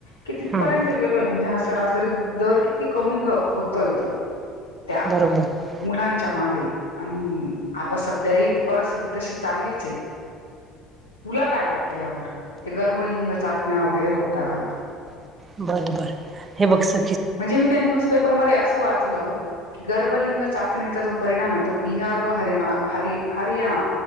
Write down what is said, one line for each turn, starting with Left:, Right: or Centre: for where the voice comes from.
Left: कि ती त
Right: हम्म
Left: पर्यंत गेलोय म्हणजे हा सरासरी दर किती कमी होतोय तो त्या
Right: बरोबर
Left: मुलां ग आणि आता सध्या ह त परिस्थिती तशी चाललीच ये. तुला काय वाटते यावर हे गर्भलिंग चाचण्या वगैरे होतात.
Right: बरोबर हे बघ स
Left: म्हणजे मी त्या न्यूजपेपरमध्ये असं वाचलं की गर्भलिंग चाचणीचा जो परिणाम आहे तो बिहार व हरिणा हर हरियाणा